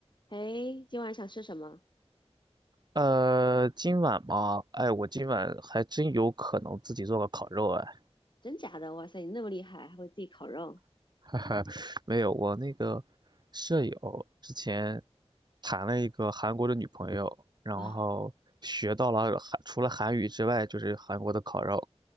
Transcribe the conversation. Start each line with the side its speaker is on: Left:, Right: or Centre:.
Left: 哎，今晚想吃什么？
Right: 呃，今晚嘛，哎，我今晚还真有可能自己做个烤肉，哎，
Left: 真假的？哇塞，你那么厉害，还会自己烤肉
Right: <laughs> 哈哈，没有，我那个舍友之前谈了一个韩国的女朋友，然后学到了韩，
Left: 啊？
Right: 除了韩语之外，就是韩国的烤肉。